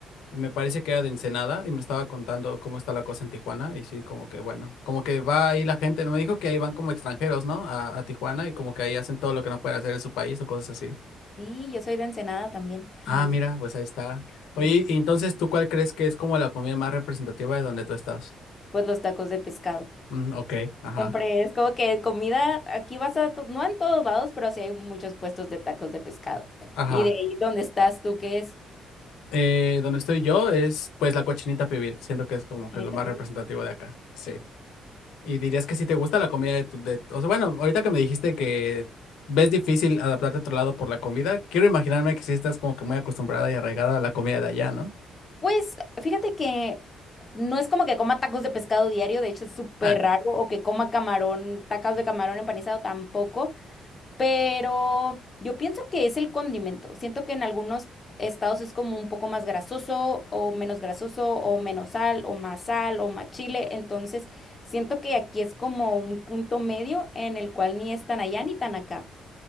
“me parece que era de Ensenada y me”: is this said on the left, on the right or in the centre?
Left